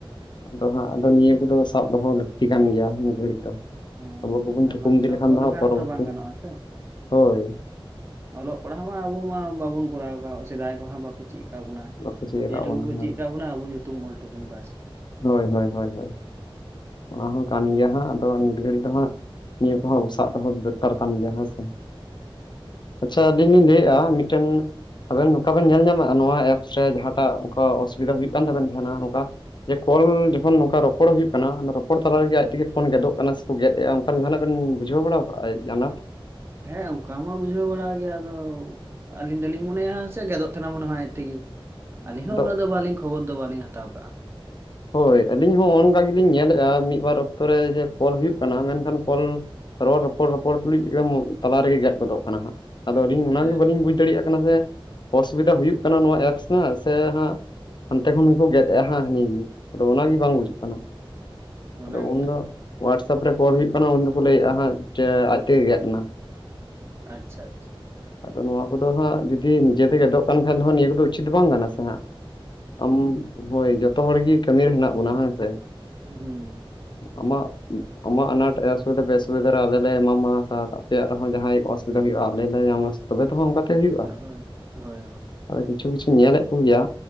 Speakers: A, on the left; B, on the right.
A: ᱟᱫᱚ ᱦᱟᱸᱜ ᱟᱫᱚ ᱱᱤᱭᱟᱹ ᱠᱚᱫᱚ ᱥᱟᱵ ᱫᱚᱦᱚ ᱞᱟᱹᱠᱛᱤ ᱠᱟᱱ ᱜᱮᱭᱟ, ᱱᱤᱛ ᱜᱷᱟᱹᱲᱤᱡ ᱫᱚ ᱾
B: ᱦᱮᱸ
A: ᱟᱵᱚ ᱠᱚᱵᱚᱱ
B: ᱟᱨ
A: ᱛᱩᱠᱩᱢ
B: ᱵᱟᱝ
A: ᱤᱫᱤ
B: ᱥᱟᱵ
A: ᱞᱮᱠᱷᱟᱱ
B: ᱫᱚᱦᱚ
A: ᱫᱚ
B: ᱞᱮᱠᱷᱟᱡ
A: ᱦᱟᱸᱜ ᱯᱚᱨᱚᱵᱚᱨᱛᱤ
B: ᱦᱚᱸᱛᱚ ᱵᱟᱝ ᱜᱟᱱᱚᱜᱼᱟ ᱥᱮ
A: ᱦᱳᱭ ᱾
B: ᱚᱞᱚᱜ ᱯᱟᱲᱦᱟᱣ ᱢᱟ ᱟᱵᱚ ᱢᱟ ᱵᱟᱵᱚᱱ ᱠᱚᱨᱟᱣ ᱟᱠᱟᱫ ᱥᱮᱫᱟᱭ ᱠᱚᱦᱚᱸ ᱵᱟᱠᱚ ᱪᱤᱫ ᱟᱠᱟᱫ ᱵᱚᱱᱟ᱾
A: ᱵᱟᱠᱚ ᱪᱮᱫ ᱟᱠᱟᱫ
B: ᱡᱮᱼᱴᱩᱠᱩ
A: ᱵᱚᱱᱟ
B: ᱠᱚ
A: ᱦᱳᱭ
B: ᱪᱤᱫ ᱟᱠᱟᱫ ᱵᱚᱱᱟ ᱟᱵᱚ ᱧᱩᱛᱩᱢ ᱚᱞ ᱴᱩᱠᱩᱱ ᱵᱟᱥ᱾
A: ᱦᱳᱭ ᱦᱳᱭ ᱦᱳᱭ ᱦᱳᱭ ᱾ ᱚᱱᱟ ᱦᱚᱸ ᱠᱟᱱ ᱜᱮᱭᱟ ᱦᱟᱸᱜ, ᱟᱫᱚ ᱱᱤᱛ ᱜᱷᱟᱹᱲᱤᱡ ᱫᱚ ᱦᱟᱸᱜ ᱾ ᱱᱤᱭᱟᱹ ᱠᱚᱦᱚᱸ ᱥᱟᱵ ᱫᱚᱦᱚᱸ ᱵᱮᱯᱟᱨ ᱠᱟᱱ ᱜᱮᱭᱟ ᱦᱮᱸ ᱥᱮ ᱾ ᱟᱪᱪᱷᱟ ᱟᱹᱞᱤᱧ ᱞᱤᱧ ᱞᱟᱹᱭᱮᱫᱼᱟ, ᱢᱤᱫᱴᱮᱱ ᱟᱵᱮᱱ ᱱᱚᱝᱠᱟ ᱵᱮᱱ ᱧᱮᱞ ᱧᱟᱢᱟ ᱱᱚᱣᱟ ᱮᱯᱥ ᱨᱮ ᱡᱟᱦᱟᱸᱴᱟᱜ ᱠᱚ ᱚᱥᱩᱵᱤᱫᱷᱟ ᱦᱩᱭᱩᱜ ᱠᱟᱱ ᱛᱟᱵᱮᱱᱟ ᱡᱟᱦᱟᱱᱟᱜ ᱱᱚᱝᱠᱟ ᱡᱮ ᱠᱚᱞ ᱡᱚᱠᱷᱚᱱ ᱱᱚᱝᱠᱟ ᱨᱚᱯᱚᱲ ᱦᱩᱭᱩᱜ ᱠᱟᱱᱟ ᱨᱚᱯᱚᱲ ᱛᱟᱞᱟ ᱨᱮᱜᱮ ᱟᱡ ᱛᱮᱜᱮ ᱯᱷᱳᱱ ᱜᱮᱫᱚᱜ ᱠᱟᱱᱟ, ᱥᱮᱠᱚ ᱜᱮᱫ ᱮᱫᱟ ᱚᱱᱠᱟ ᱡᱟᱦᱟᱱᱟᱜ ᱵᱤᱱ ᱵᱩᱡᱷᱟᱹᱣ ᱵᱟᱲᱟ ᱟᱠᱟᱜᱼᱟ ᱡᱮ ᱟᱱᱟᱴ?
B: ᱦᱮᱸ ᱚᱱᱠᱟ ᱢᱟ ᱵᱩᱡᱷᱟᱹᱣ ᱵᱟᱲᱟᱭ ᱜᱮᱭᱟ ᱟᱫᱚ ᱟᱹᱞᱤᱧ ᱫᱚᱞᱤᱧ ᱢᱚᱱᱮᱭᱟ ᱥᱮ ᱜᱮᱫᱚᱜ ᱛᱟᱦᱮᱱᱟ ᱢᱚᱱᱮ ᱦᱚᱭ ᱟᱡ ᱛᱮᱜᱮ ᱾ ᱟᱹᱞᱤᱧ ᱦᱚᱸ
A: ᱟᱫᱚ
B: ᱩᱱᱟᱹᱜ ᱫᱚ ᱵᱟᱞᱤᱧ ᱠᱷᱚᱵᱚᱨ ᱫᱚ ᱵᱟᱞᱤᱧ ᱦᱟᱛᱟᱣ ᱠᱟᱜᱼᱟ᱾
A: ᱦᱳᱭ ᱟᱹᱞᱤᱧ ᱦᱚᱸ ᱚᱱᱠᱟ ᱜᱮᱞᱤᱧ ᱧᱮᱞᱮᱫ-ᱟ, ᱢᱤᱫ ᱵᱟᱨ ᱚᱠᱛᱚ ᱨᱮ ᱡᱮ ᱠᱚᱞ ᱦᱩᱭᱩᱜ ᱠᱟᱱᱟ ᱢᱮᱱᱠᱷᱟᱱ ᱠᱚᱞ ᱨᱚᱲ ᱨᱚᱯᱚᱲ ᱨᱚᱯᱚᱲ ᱛᱩᱞᱩᱡ ᱜᱮ ᱛᱟᱞᱟ ᱨᱮᱜᱮ ᱜᱮᱫ ᱜᱚᱫᱚᱜ ᱠᱟᱱᱟ ᱦᱟᱸᱜ ᱾ ᱟᱫᱚ ᱟᱹᱞᱤᱧ ᱚᱱᱟ
B: ᱦᱮᱸ
A: ᱜᱮ ᱵᱟᱹᱞᱤᱧ ᱵᱩᱡ ᱫᱟᱲᱮᱭᱟᱜ ᱠᱟᱱᱟ ᱡᱮ ᱚᱥᱩᱵᱤᱫᱟ ᱦᱩᱭᱩᱜ ᱠᱟᱱᱟ ᱱᱚᱣᱟ ᱮᱯᱥ ᱨᱮᱱᱟᱜ ᱥᱮ ᱦᱟᱸᱜ ᱦᱟᱱᱛᱮ ᱠᱷᱚᱱ ᱠᱚ ᱜᱮᱫ ᱮ ᱟ ᱦᱟᱸᱜ ᱾ ᱟᱫᱚ ᱚᱱᱟᱜᱮ ᱵᱟᱝ ᱵᱩᱡᱟᱹᱜ ᱠᱟᱱᱟ᱾
B: ᱚᱱᱟ
A: ᱟᱫᱚ
B: ᱜᱮᱛᱚ
A: ᱩᱱᱫᱚ ᱳᱣᱟᱴᱥᱮᱯ ᱨᱮ ᱠᱚᱞ ᱦᱩᱭᱩᱜ ᱠᱟᱱᱟ, ᱩᱱ ᱫᱚᱠᱚ ᱞᱟᱹᱭᱮ-ᱟ ᱦᱟᱸᱜ ᱡᱮ ᱟᱡ ᱛᱮᱜᱮ ᱜᱮᱫ ᱱᱟ ᱾
B: ᱟᱪᱪᱷᱟ, ᱟᱪᱪᱷᱟ ᱾
A: ᱟᱫᱚ ᱱᱚᱣᱟ ᱠᱚᱫᱚ ᱦᱟᱸᱜ ᱡᱩᱫᱤ ᱱᱤᱡᱮᱛᱮ ᱜᱮᱫᱚᱜ ᱠᱟᱱ ᱠᱷᱟᱱ ᱫᱚ, ᱱᱤᱭᱟᱹ ᱠᱚᱫᱚ ᱩᱪᱤᱛ ᱫᱚ ᱵᱟᱝ ᱠᱟᱱᱟ ᱥᱮ ᱦᱟᱸᱜ ᱾ ᱟᱢ ᱦᱳᱭ ᱡᱚᱛᱚ ᱦᱚᱲ ᱜᱮ ᱠᱟᱹᱢᱤᱨᱮ ᱦᱮᱱᱟᱜ ᱵᱚᱱᱟ ᱦᱮᱸ ᱥᱮ᱾
B: ᱦᱩᱸ ᱾
A: ᱟᱢᱟᱜ, ᱟᱢᱟᱜ ᱟᱱᱟᱴ ᱮᱥᱩᱵᱤᱫᱷᱟ ᱯᱮᱥᱩᱵᱤᱫᱷᱟ ᱨᱮ, ᱟᱞᱮ ᱞᱮ ᱮᱢᱟᱢᱟ ᱥᱟᱛ ᱾ ᱟᱯᱮᱭᱟᱜ ᱨᱮᱦᱚᱸ, ᱡᱟᱦᱟᱸᱟᱭ ᱚᱥᱩᱵᱤᱫᱷᱟ ᱦᱩᱭᱩᱜ-ᱟ ᱾ ᱟᱞᱮ ᱞᱮ ᱧᱟᱢᱟ, ᱛᱚᱵᱮ ᱛᱚᱸ ᱦᱟᱸᱜ, ᱚᱱᱠᱟ ᱛᱮ ᱦᱩᱭᱩᱜ-ᱟ
B: ᱦᱳᱭ
A: ᱾
B: ᱦᱳᱭ ᱦᱳᱭ
A: ᱟᱫᱚ, ᱠᱤᱪᱷᱩ ᱠᱤᱪᱷᱩ, ᱧᱮᱞᱮᱫ ᱠᱚ ᱜᱮᱭᱟ,